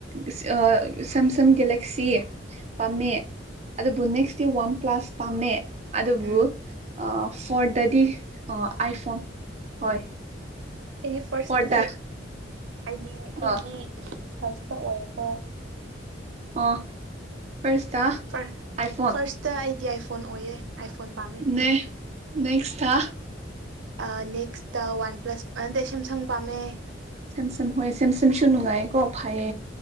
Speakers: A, on the right (about 35°); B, on the right (about 80°).
A: ꯏꯁ ꯑꯥ ꯁꯦꯝꯁꯪ ꯒꯦꯂꯦꯛꯁꯤ ꯄꯥꯝꯃꯦ ꯑꯗꯨꯕꯨ ꯅꯦꯛꯁꯇꯤ ꯋꯥꯟ ꯄ꯭ꯂꯥꯁ ꯄꯥꯝꯃꯦ ꯑꯗꯨꯕꯨ
B: ꯎꯝ
A: ꯑꯥ ꯐꯣꯔꯗꯗꯤ ꯑꯥꯏꯐꯣꯟ ꯍꯣꯏ
B: ꯑꯩꯗꯤ ꯐꯥꯔꯁꯇꯗꯤ
A: ꯐꯣꯔꯗ
B: ꯑꯩꯗꯤ ꯑꯩꯗꯤ
A: ꯑ
B: ꯐꯥꯔꯁꯇ ꯑꯣꯏꯌꯦꯀꯣ
A: ꯑꯣ ꯐꯥꯔꯁꯇ
B: ꯐꯥꯔ
A: ꯑꯥꯏꯐꯣꯟ
B: ꯐꯥꯔꯁꯇ ꯑꯩꯗꯤ ꯑꯥꯏꯐ ꯐꯣꯟ ꯑꯣꯏꯌꯦ ꯑꯥꯏꯐꯣꯟ ꯄꯥꯝꯃꯦ
A: ꯅꯦ ꯅꯦꯛꯁꯇꯥ
B: ꯑꯥ ꯅꯦꯛꯁꯇ ꯋꯥꯟ ꯄ꯭ꯂꯁ ꯅꯠꯇꯦ ꯁꯦꯝꯁꯪ ꯄꯥꯝꯃꯦ
A: ꯁꯦꯝꯁꯝ ꯍꯣꯏ ꯁꯦꯝꯁꯝꯁꯨ ꯅꯨꯡꯉꯥꯏꯀꯣ ꯐꯩꯌꯦ